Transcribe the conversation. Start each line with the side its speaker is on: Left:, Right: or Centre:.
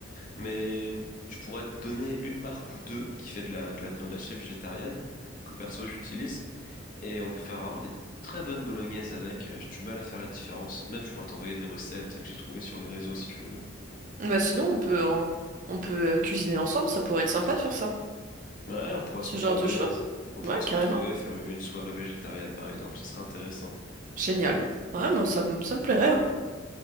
Left: Mais je pourrais te donner une marque ou deux qui fait de la, de la viande hachée végétarienne, que perso j'utilise. Et on peut faire vraiment des très bonnes bolognaises avec. Euh, J'ai du mal à faire la différence. Même, je pourrais t'envoyer des recettes que j'ai trouvées sur les réseaux si tu le veux.
Right: Bah sinon on peut en- on peut euh, cuisiner ensemble, ça pourrait être sympa de faire ça.
Left: Ouais, on pourrait
Right: Ce
Left: se retrouver.
Right: genre de choses.
Left: On
Right: Ouais,
Left: pourrait se
Right: carrément.
Left: retrouver, faire une soirée végétarienne par exemple. Ce serait intéressant.
Right: Génial. Ouais, moi ça me ça me plairait hein.